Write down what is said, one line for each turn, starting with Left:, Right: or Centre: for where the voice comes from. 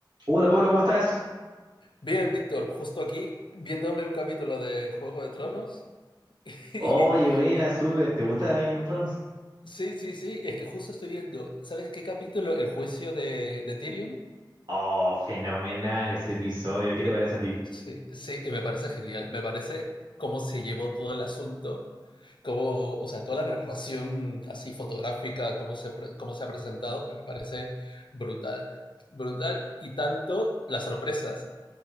Right: Hola Pablo, ¿cómo estás?
Left: Bien, Víctor, justo aquí viéndome un capítulo de Juego de Tronos. <laughs> Y,
Right: Oye, buena,
Left: y-
Right: súper. ¿Te gusta Game of Thrones?
Left: sí, sí, sí, es que justo estoy viendo, ¿sabes qué capítulo? El juicio de, de Tyrion.
Right: Oh, fenomenal ese episodio. ¿Qué te parece a ti?
Left: Sí, sí, y me parece genial. Me parece cómo se llevó todo el asunto, cómo, o sea, toda la narración así fotográfica, cómo se, pre- cómo se ha presentado, pues me parece brutal. Brutal y tanto las sorpresas.